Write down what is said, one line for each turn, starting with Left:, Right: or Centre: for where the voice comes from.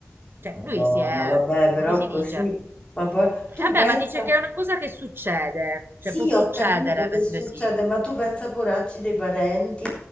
Right: Cioè,
Left: Madonna,
Right: lui si è,
Left: vabbè,
Right: mm,
Left: però
Right: come si
Left: così.
Right: dice?
Left: Ma poi tu
Right: E vabbè,
Left: pensa,
Right: ma dice che è una cosa che succede,
Left: sì,
Right: cioè può succedere
Left: ho capito che
Right: mentre
Left: succede,
Right: si...
Left: ma tu pensa, poracci, dei parenti